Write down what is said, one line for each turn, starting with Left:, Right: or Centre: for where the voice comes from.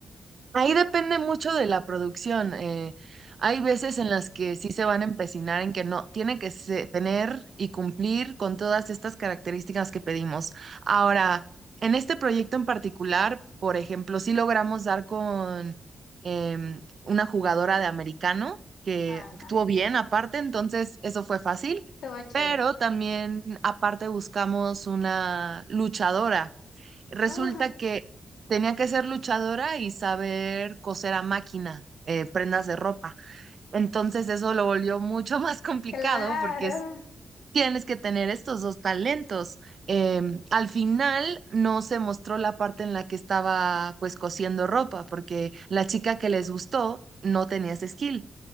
Right: Ahí depende mucho de la producción. eh, hay veces en las que sí se van a empecinar en que no, tiene que se- tener y cumplir con todas estas características que pedimos. Ahora, en este proyecto en particular, por ejemplo, sí logramos dar con em, una jugadora de americano que
Left: Ajá,
Right: actuó bien aparte, entonces eso fue fácil,
Left: todo chévere.
Right: pero también aparte buscamos una luchadora. Resulta
Left: Ah,
Right: que tenía que ser luchadora y saber coser a máquina, eh, prendas de ropa. Entonces eso lo volvió mucho <laughs> más complicado
Left: claro.
Right: porque Tienes que tener estos dos talentos. Em, al final no se mostró la parte en la que estaba pues cosiendo ropa, porque la chica que les gustó no tenía ese skill,